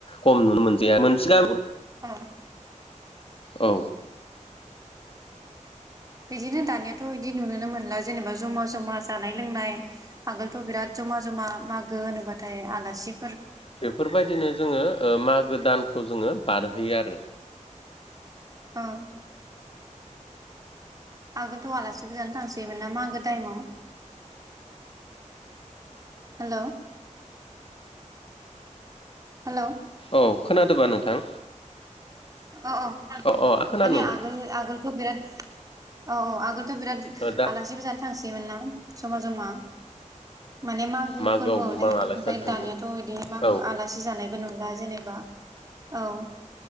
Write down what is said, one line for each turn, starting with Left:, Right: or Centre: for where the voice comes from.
Left: खम नुनो मोनसै मोनसे <unintelligible>
Right: औ
Left: औ
Right: बिदिनो दानियाथ' बिदि नुनोनो मोनला। जेनेबा जमा जमा जानाय लोंनाय आगोलथ' बिराद जमा जमा मागो होनोबाथाय आलासि
Left: बेफोरबायदिनो जोङो ओ मागो दानखौ जोङो बारहोयो आरो
Right: औ आगोलथ' आलासि गोजानो थांसैयोमोन ना मागो टाइमाव हेल' हेल' अ
Left: औ खोनादोंबा नोंथां?
Right: अ अ
Left: औ औ आं खोनादों
Right: माने
Left: नोंथां
Right: आगोल आगोलखौ बिराट औ औ आगोलथ' बिराद
Left: ओ दा
Right: आलासिबो जानो थांसोयोमोनना जमा जमा माने मागो
Left: मागोआव
Right: फोरबोआव
Left: गोबां
Right: दे
Left: आलासि
Right: ओमफ्राय
Left: जानो थाङोमोन
Right: दानियाथ' बिदि मागो
Left: औ
Right: आलासि जानाय बो नुला जेनेबा औ